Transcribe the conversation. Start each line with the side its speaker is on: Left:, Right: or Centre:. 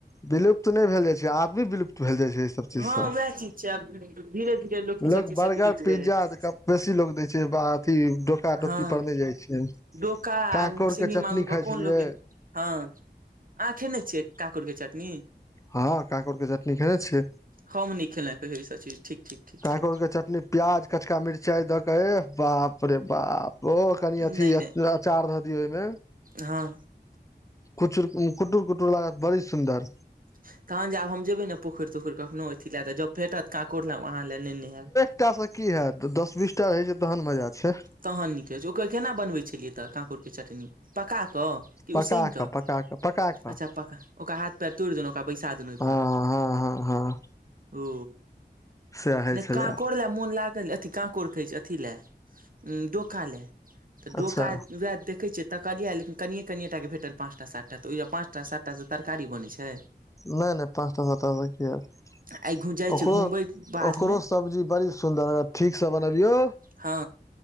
Left: विलुप्त नाए भेल जाइ छै आब विलुप्त भेल जाइ छै ई सब चीज
Right: हँ
Left: सँ
Right: वएह
Left: <unintelligible>
Right: चीज छै आब धीरे धीरे लोक ई
Left: लोग
Right: सब चीज
Left: बर्गर
Right: सब विलुप्त
Left: पिज्जा
Right: भेल जाइ छै।
Left: बेसी लोग दै छै अथी डोका
Right: हँ
Left: डोकी पर नहि जाइ छै
Right: डोका आ
Left: कांकोड़
Right: सिंही
Left: के चटनी
Right: मंगुर पर
Left: खाइ
Right: कोन
Left: छलियै
Right: लोक ए हँ अहाँ खेने छियै कांकोर के चटनी
Left: हँ कांकोर के चटनी खेने छियै
Right: हम नहि खेलहुँ ई सब चिज ठीक ठीक ठीक
Left: कांकोर
Right: ठीक
Left: के चटनी प्याज कचका मरचाइ दऽ के एह बाप रे बाप ओ कनि
Right: नहि
Left: अथी
Right: नहि
Left: अचार दऽ दिय ओहि मे
Right: हँ
Left: खुचुर कुटूर कुटूर लागत बड़ी सुन्दर
Right: तहन जे आब हम जेबय ने पोखरि तोखरि कखनो अथी लए तऽ जब भेटत त कांकोर आब अहाँ लए नेने आयब
Left: एकटा से की हयत दस बीस टा रहै छै तहन मजा छै
Right: तहन नीक रहैत छै ओकर केना बनबैत छलियै कांकोर क चटनी पकााकऽ कि
Left: पका
Right: उसैन कऽ
Left: पका पका कऽ
Right: अच्छा पका ओकरा हाथ पे तोड़ देलौ ओकरा बैसा देन ओहि
Left: हँ
Right: पर
Left: हँ हँ हँ
Right: <unintelligible> ओ
Left: सएह होइ
Right: नहि
Left: छलैए
Right: कांकोर लै मोन लागल अथी कांकोड़ कहै छी अथी लए डोका लै तऽ डोका
Left: अच्छा
Right: उ देखै छियै तकलियै ऐ लेकिन कनिए कनिए टाके भेटल पाँचटा सातटा तऽहि पाँच टा सातटा से तरकारी बनैत छै
Left: नाए नाए पाँचटा सात की हैत
Right: आइ घु जाइ
Left: ओकरो
Right: छै घुमबै बाधमे
Left: ओकरो सब्जी बड़ी सुंदर ठीकसँ बनबियौ
Right: हँ